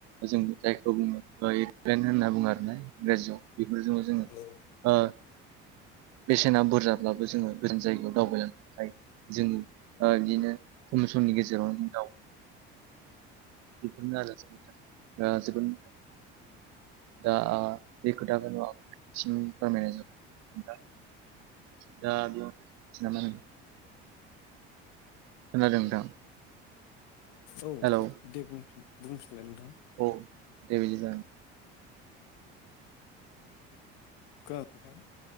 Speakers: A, on the right; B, on the left.
A: जों जायखौ बुङो एरप्लेन होनना बुङो आरोना इंराजआव बेफोरजों जोङो
B: औ।
A: ओ बेसेना बुरजाब्लाबो जोङो गोजान जायगायाव दावबायलांनो हायो। जों आ बिदिनो खम समनि गेजेरावनो दउ बेफोरनो आरो जोंनि थाखाय दा जोबोद मोजां दा आ बे खोथाखौ आं सिम फोरमायनाय नोंथां। द बेयाव <unintelligible> नामा होनो? खोनादों नोंथां?
B: औ
A: हेलौ
B: दे बुंफिन बुंफिनलाय नोंथां?
A: औ दे बिदिब्ला।
B: खोनादों नोंथां?